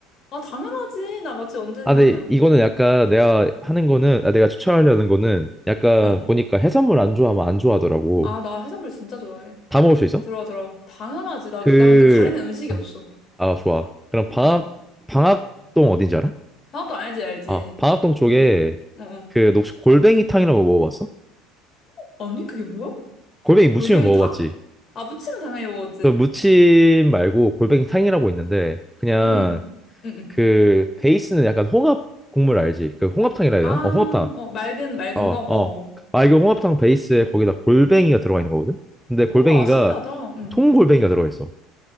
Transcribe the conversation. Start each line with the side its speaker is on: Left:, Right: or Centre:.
Left: 아, 당연하지. 나 맛집 언제든
Centre: 아, 근데
Left: 황영.
Centre: 이거는 약간 내가 하는 거는, 아, 내가 추천하려는 거는 약간
Left: 어,
Centre: 보니까 해산물 안 좋아하면 안 좋아하더라고.
Left: 아, 나 해산물 진짜 좋아해.
Centre: 다 먹을 수 있어?
Left: 들어와, 들어와. 당연하지. 나,
Centre: 그,
Left: 나는 그 가리는 음식이 없어.
Centre: 아, 좋아. 그럼 방학,
Left: 어,
Centre: 방학동 어딘지 알아?
Left: 방학도 알지, 알지.
Centre: 아, 방학동 쪽에
Left: 어, 어, 어.
Centre: 그, 너 혹시 골뱅이탕이라고 먹어봤어?
Left: 어? 아니, 그게 뭐야?
Centre: 골뱅이 무침은
Left: 골뱅이탕?
Centre: 먹어봤지?
Left: 아, 무침은 당연히 먹었지.
Centre: 그 무침 말고 골뱅이탕이라고 있는데, 그냥
Left: 응, 응, 응.
Centre: 그 베이스는 약간 홍합 국물 알지? 그 홍합탕이라 해야
Left: 아,
Centre: 되나? 어, 홍합탕.
Left: 어, 맑은, 맑은
Centre: 어,
Left: 거? 어어.
Centre: 어. 아, 이거 홍합탕 베이스에 거기다 골뱅이가 들어가 있는 거거든? 근데 골뱅이가
Left: 우와, 신기하다. 응.
Centre: 통골뱅이가 들어가 있어.